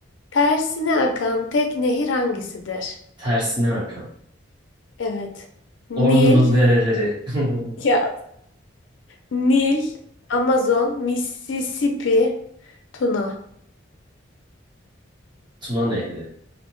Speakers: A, on the left; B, on the right.
A: Tersine akan tek nehir hangisidir?
B: Tersine akan.
A: Evet. Nil,
B: Ordunun dereleri. <laughs>
A: Ya Nil, Amazon, Mississippi, Tuna.
B: Tuna Nehri.